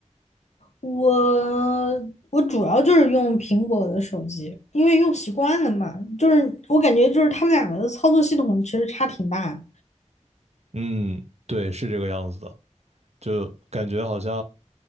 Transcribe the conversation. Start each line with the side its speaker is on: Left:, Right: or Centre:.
Left: 我我主要就是用苹果的手机，因为用习惯了嘛。就是我感觉就是他们两个的操作系统其实差挺大的
Right: 嗯，对，是这个样子的，就感觉好像，